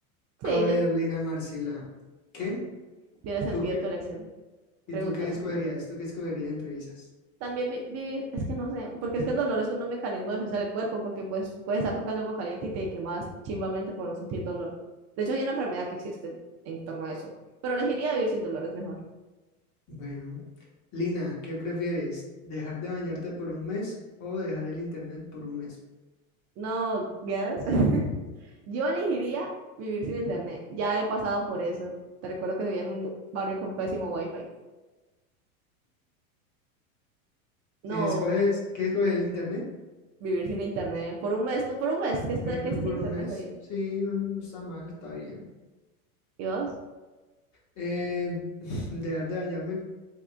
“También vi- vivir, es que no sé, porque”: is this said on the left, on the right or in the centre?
Right